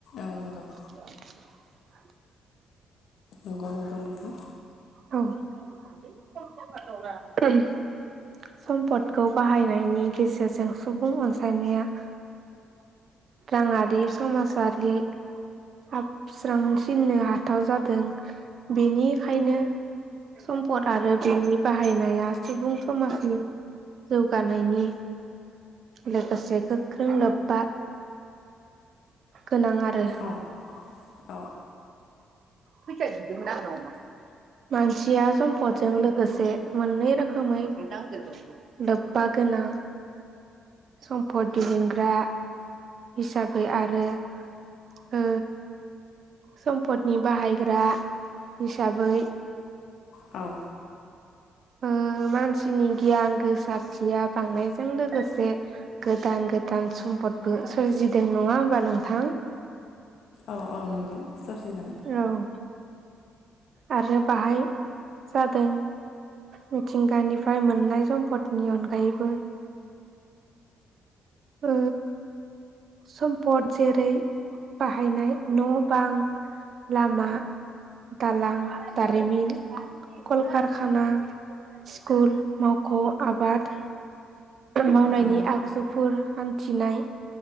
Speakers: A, on the left; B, on the right.
A: औ नंगौ
B: <inaudible>
A: नंगौ नंगौ नोंथां
B: औ। सम्पदखौ बाहायनायनि गेजेरजों सुबुं अनसायनाया राङारि समाजारि हाबस्रांसिननो हाथाव जादों बेनिखायनो सम्पद आरो बेनि बाहायनाया सुबुं समाजनि जौगानायनि लोगोसे गोख्रों लोब्बा गोनां आरो
A: औ औ
B: फैसा बिदोंमोन आंनावमान मानसिया सम्पदजों लोगोसे मोननै रोखोमै नागिर लोब्बा गोनां सम्फद दिहुनग्रा हिसाबै आरो ओ सम्पदनि बाहायग्रा हिसाबै
A: औ
B: ओ मानसिनि गियान गोसारथिया बांनायजों लोगोसे गोदान गोदान सम्पदबो सोरजिदों नङा होमबा नोंथां।
A: औ औ नंगौ सोरजिदों
B: औ आरो बाहाय जादों मिथिंगानिफ्राय मोननाय सम्पदनि अनगायैबो ओ सम्पद जेरै बाहायनाय न' बां लामा दालां दारिमिन कलकारखाना स्कुल मावख' आबाद मावनायनि
A: औ
B: आगजुफोर हान्थिनाय